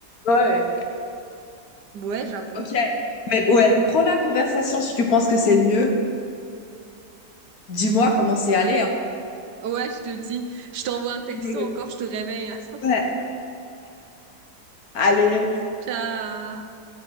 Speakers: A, on the left; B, on the right.
A: là. et-
B: Ouais, j'avoue.
A: Ok. Mais ouais, prends la conversation si tu penses que c'est le mieux. Dis-moi comment c'est allé. hein.
B: Ouais, je te dis. Je t'envoie un texto
A: Je me-
B: encore, je te réveille. <laughs>
A: Ouais. Allez.
B: Ciao.